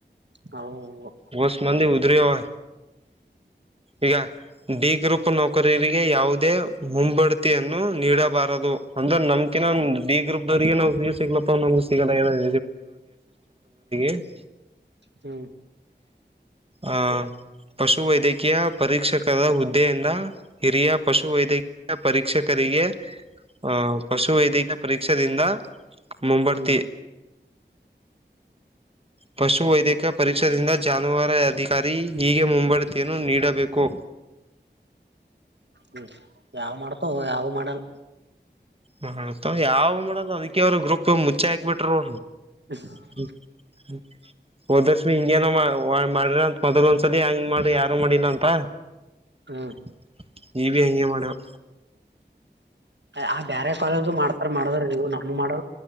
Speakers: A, on the right; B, on the right.
A: ಹೌದ.
B: ಹೊಸಿಮಂದಿ ಉದುರಿಯಾವ. ಈಗ. ಡಿ ಗ್ರೂಪ್ ನೌಕರರಿಗೆ ಯಾವುದೇ ಮುಂಬಡ್ತಿಯನ್ನು ನೀಡಬಾರದು ಅಂದ್ರೆ ನಮ್ದು. ಅದಿಕ್ಕೆ ನಾ ಡಿ ಗ್ರೂಪ್ ದವ್ರರಿಗೆ ನೌಕರಿ ಸಿಗ್ಲಪ್ಪ ನಮಗೆ ಸಿಗಲಾಗದ <unintelligible>
A: ಹ್ಮ್
B: ಆ ಪಶು ವೈದ್ಯಕೀಯ. ಪರೀಕ್ಷಕರ ಹುದ್ದೆಯಿಂದ ಹಿರಿಯ ಪಶು ವೈದ್ಯಕೀಯ ಪರೀಕ್ಷಕರಿಗೆ. ಹಾ ಪಶು ವೈದ್ಯಕೀಯ ಪರೀಕ್ಷೆದಿಂದ ಮುಂಬಡ್ತಿ.
A: ಹ್ಮ್
B: ಪಶು ವೈದ್ಯಕ ಪರೀಕ್ಷಾದಿಂದ ಜಾನುವಾರು ಅಧಿಕಾರಿ ಹೀಗೆ ಮುಂಬಡ್ತಿಯನ್ನು ನೀಡಬೇಕು.
A: ಹ್ಮ್ ಯಾವ್ ಮಾಡ್ತೋವು ಯಾವು ಮಾಡಲ್ಲ.
B: ಹ್ಮ್ ಮತ್ ಯಾವು ಮಾಡದು ಅದಿಕ್ಕೆ ಅವ್ರು ಗ್ರೂಪ್ ಟು ಮುಚ್ಚಕ್ ಬಿಟ್ರು.
A: <inaudible>
B: ಹ್ಮ್ ಹೋದವರ್ಷ ಹಿಂಗೇ ನಮ್ಮ. ಮಾಡ್ರಿ ಅಂತ ಮೊದ್ಲ್ ಒಂದ್ಸಲಿ ಹೆಂಗ್ ಮಾಡ್ರಿ ಯಾರು ಮಾಡಿಲ್ಲ ಅಂತ.
A: ಹ್ಮ
B: <unintelligible> ಹೆಂಗೆ ಮಾಡರು.
A: ಆ ಬೇರೆ ಕಾಲೇಜು ಮಾಡ್ತಾರ ಮಾಡವ್ರು ನಮಿಗೆ ಮಾಡಲ್ಲ